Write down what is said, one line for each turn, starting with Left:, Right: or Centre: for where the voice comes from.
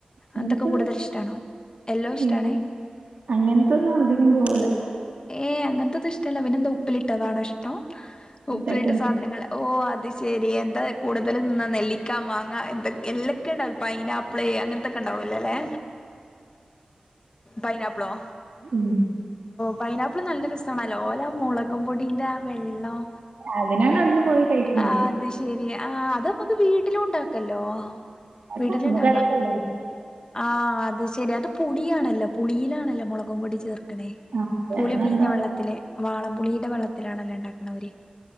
Right: അങ്ങനത്തൊന്നും
Left: എന്തൊക്കെ കൂടുതൽ ഇഷ്ടാണോ എല്ലോ ഇഷ്ട്ടാണേ
Right: ഏ അങ്ങനത്തൊന്നും അധികം പോവൂല
Left: ഏ അങ്ങനത്തെത് ഇഷ്ടമല്ലോ അവനെന്താ ഉപ്പിലിട്ടതാണോ ഇഷ്ടം ഉപ്പിലിട്ട്
Right: ആയിട്ടാണ്
Left: സാധനങ്ങ ഓ അത ശരി എന്താ കൂടുതൽ തിന്ന നെല്ലിക്കാ മാങ്ങാ എന്തൊ എല്ലൊക്കെയ ഉണ്ടാവും പൈനാപ്പി പ്പ്ളേ അങ്ങൻത്തൊക്കെ ണ്ടാവല്ലേല്ലേ പൈനാപ്പിളോ
Right: ഉം
Left: പൈനാപ്പിൾ നല്ല രസാണല്ലോ ഓലെ ആ മൊളകും പൊടീൻ്റെ വെള്ളം
Right: അതിനാണ് അവിടുന്ന് പോയി കഴിക്കണത്
Left: ആ അത് ശെരി ആ അ അത് ത് വീട്ടിലും ണ്ടാക്കല്ലോ
Right: അതൊക്കെ
Left: വീട്ടിലുണ്ടാക്ക
Right: നമുക്കറിയില്ലല്ലോ
Left: ആ അത് ശെരി അത് പുളിയാണല്ലോ പുളിയിലാണല്ലോ മൊളകും പൊടി ചേർക്ക്ണേ
Right: ആ അതെ
Left: പുളി
Right: അങ്ങനെ
Left: പീഞ്ഞ
Right: എന്തോ
Left: വെള്ളത്തില് വാളംപുളിയുടെ വെള്ളത്തിലാണല്ലോ ണ്ടാക്കണ ഓല്